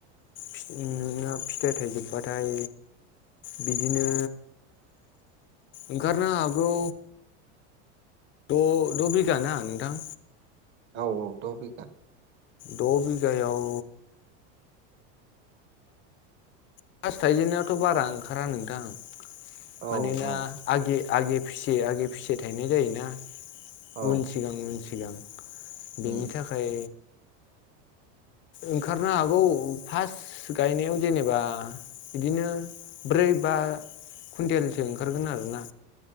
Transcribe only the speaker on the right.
औ औ द बिगा
औ
औ
औ
उम